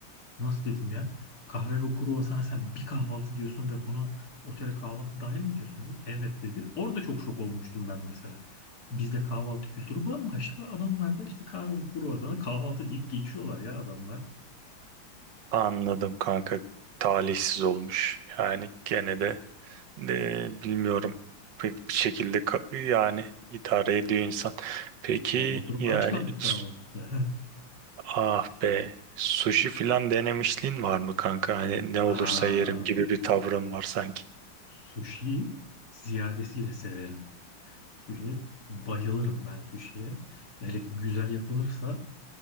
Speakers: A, on the left; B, on the right.
A: Nasıl dedim ya? Kahve ve kruvasana sen bir kahvaltı diyorsun ve buna otele kahvaltı dahil mi diyorsun dedim. Evet dedi. Orada çok şok olmuştum ben mesela. Bizde kahvaltı kültürü bambaşka. Adamlarda işte kahve ve kruvasana kahvaltı deyip geçiyorlar ya adamlar.
B: Anladım kanka. Talihsiz olmuş. Yani gene de De, bilmiyorum. Pek bir şekilde ka- yani idare ediyor insan. Peki
A: Ya oturup
B: yani
A: aç kaldık
B: s-
A: kahvaltıda.
B: ah be sushi filan denemişliğin var mı kanka? Hani ne olursa
A: <laughs> Aa,
B: yerim gibi bir tavrın var sanki.
A: sushi ziyadesiyle severim. Sushi bayılırım ben sushi'ye. Hele ki güzel yapılırsa